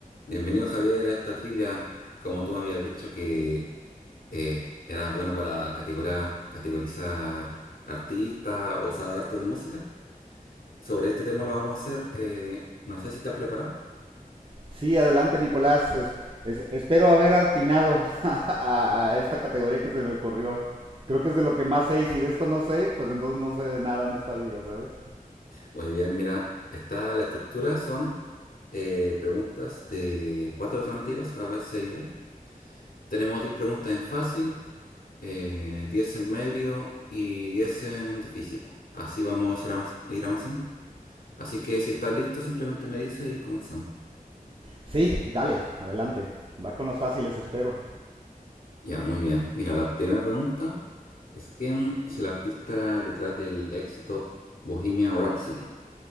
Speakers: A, on the left; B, on the right.
A: Bienvenido Javier a esta trivia. Como tú me habías dicho que eh, eras bueno para categora- categorizar artistas o saber harto de música, sobre este tema lo vamos a hacer. eh, no sé si estás preparado.
B: Sí, adelante Nicolás. Es- es- espero haber atinado <laughs> a, a esta categoría que se me ocurrió. Creo que es de lo que más sé y si de esto no sé, pues entonces no sé de nada en esta vida, ¿sabes?
A: Muy bien, mira, está la estructura, son eh, preguntas de cuatro alternativas, A, B, C y D. Tenemos 10 preguntas en fácil, eh, 10 en medio y 10 en difícil. Así vamos a ir avanz- ir avanzando. Así que si estás listo, simplemente me dices y comenzamos.
B: Sí, dale, adelante. Va con las fáciles, espero.
A: Ya, muy bien. Mira, la primera pregunta es ¿quién es el artista detrás del éxito Bohemian Rhapsody?